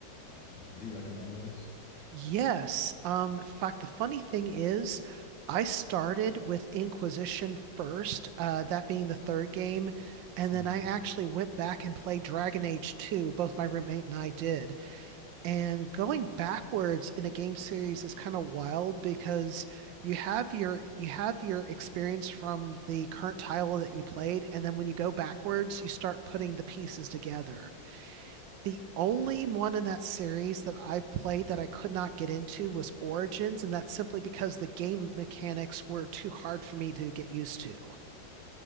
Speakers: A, on the left; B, on the right.
A: Um, would you recommend those?
B: Yes. Um, in fact, the funny thing is, I started with Inquisition first, uh, that being the third game, and
A: hmm
B: then I actually went back and played Dragon Age 2, both my roommate and I did. And going backwards in a game series is kind of wild because you have your you have your experience from the current title that you played, and then when you go backwards, you start putting the pieces together. The only one in that series that I've played that I could not get into was Origins, and that's simply because the game mechanics were too hard for me to get used to.